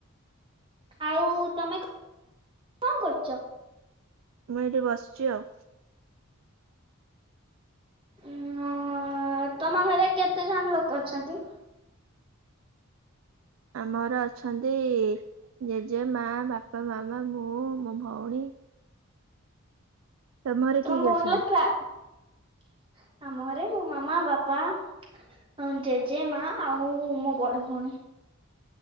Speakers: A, on the right (about 25°); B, on the right (about 65°).
A: ଆଉ ତମେ କଣ କରୁଛ?
B: ମୁଁ ଏଇଠି ବସିଛି ଆଉ।
A: ଉଁ ଅଁ ତମ ଘରେ କେତେ ଜଣ ଲୋକ ଅଛନ୍ତି?
B: ଆମର ଅଛନ୍ତି ଜେଜେ, ମା, ବାପା, ମାମା, ମୁଁ ମୋ ଭଉଣୀ। ତମ ଘରେ
A: <unintelligible>
B: କିଏ କିଏ ଅଛନ୍ତି?
A: ହଁ ଜେଜେ ମା ଆଉ ମୋ ବଡ ଭଉଣୀ।